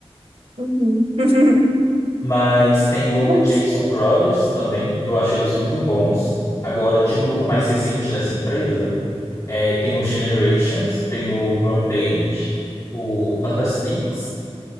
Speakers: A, on the right; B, on the left.
A: uhum. <laughs>
B: Mas tem o
A: Mas,
B: J Soul Brothers também, eu acho eles muito bons. Agora, de grupo mais recente dessa empresa, é, tem o Generations, tem o Rampage, o Fantastics,